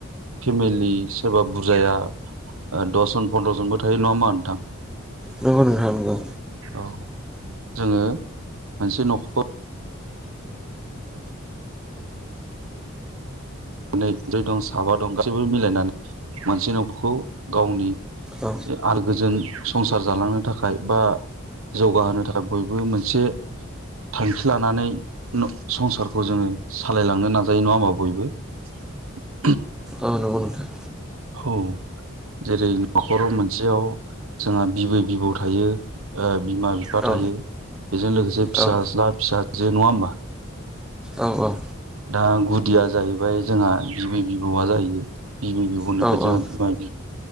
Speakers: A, on the right (about 80°); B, in the centre.
A: फेमिलि सोरबा बुरजाया दसजन फन्द्र जनबो थायो नङा ओनबा नोंथां?
B: नंगौ नोंथां औ
A: औ जोङो मोनसे न'खर नै जै दं साबा दं गासैबो मिलायनानै मोनसे न'खौ गावनि
B: औ
A: आल गोजोन संसार जालांनो थाखाय बा जौगाहोनो थाखाय बयबो मोनसे थांखि लानानै संसारखौ जोङो सालायलांनो नाजायो नङा होमबा बयबो <inaudible>
B: औ नंगौ‌ नोंथां
A: औ जेरै न'खराव मोनसेयाव जोंहा बिबै बिबौ थायो बिमा बिफा
B: औ
A: थायो बेजों लोगोसे फिसाज्ला
B: औ
A: फिसाजो नङा होमबा
B: औ औ
A: दा गुदिया जाहैबाय जोंहा बिबै बिबौआ जाहैयो बिबै बिबौनिफ्राय
B: औ
A: जोंहा
B: औ
A: बिमा